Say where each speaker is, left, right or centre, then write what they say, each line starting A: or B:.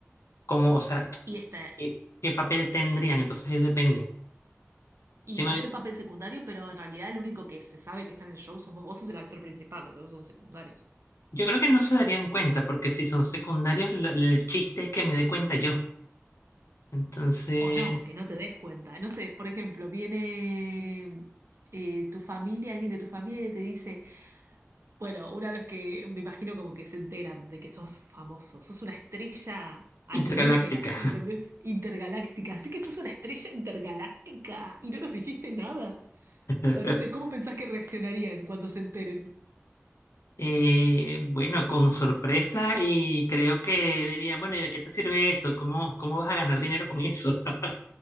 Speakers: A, on the left; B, on the right.
A: Como, o sea,
B: Y está,
A: ¿qué, qué papel tendrían? Entonces ahí depende.
B: y
A: Dime,
B: va a ser papel secundario, pero en realidad el único que se sabe que está en el show sos vos. Vos sos el actor principal, los otros son secundarios.
A: Yo creo que no se darían cuenta, porque si son secundarios, la- el chiste es que me dé cuenta yo. Entonces,
B: O no, que no te des cuenta. No sé, por ejemplo, viene eh, tu familia, alguien de tu familia y te dice. Bueno, una vez que me imagino como que se enteran de que sos famoso, sos una estrella alienígena,
A: intergaláctica.
B: ¿me ¿entendés? Intergaláctica, así que sos una estrella intergaláctica y no nos dijiste nada.
A: <laughs>
B: O no sé, ¿cómo pensás que reaccionarían cuando se enteren?
A: Eh, bueno, con sorpresa y creo que dirían, bueno, ¿y de qué te sirve eso? ¿Cómo, cómo vas a ganar dinero con eso? <laughs>